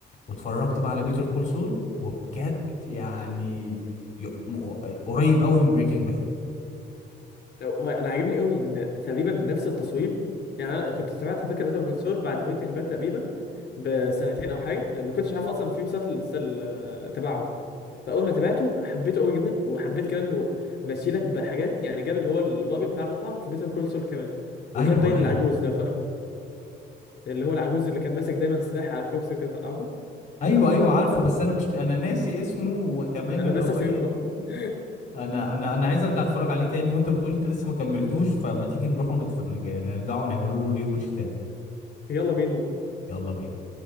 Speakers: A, on the left (about 35°); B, on the left (about 55°).
A: واتفرجت بقى على بيتر كول سول وبجد يعني ي- م- قريب قوي من بريكنج باد
B: لو- هو انا عاجبني قوي ان تقريبا نفس التصوير يعني انا كنت سمعت على فكره بيتر كول سول بعد بريكنج باد تقريبا بسنتين او حاجه ما كنتش عارف اصلا ان في مسلسل مسلسل، آه، تبعهم فاول ما تابعته حبيته قوي جدا وحبيت كمان انه ماشي لك بحاجات يعني جاب اللي هو الراجل بتاع المطعم في بيتر كول سول كمان
A: ايوه
B: وجاب باين
A: ايوه
B: العجوز لو فاكره اللي هو العجوز اللي كان ماسك دايما سلاح على الكرسي وكده عارفه
A: ايوه ايوه عارفه بس انا مش انا ناسي اسمه وكمان
B: <laughs> انا
A: اللي
B: ناسي
A: هو
B: اسمه
A: ايه
B: بقى. <laughs>
A: انا انا انا عايز ارجع اتفرج عليه تاني وانت بتقول انت لسه ما كملتوش فما تيجي نروح ونتفرج نرجعه ونعمله له ري واتش تاني
B: يلا بينا والله
A: يلا بينا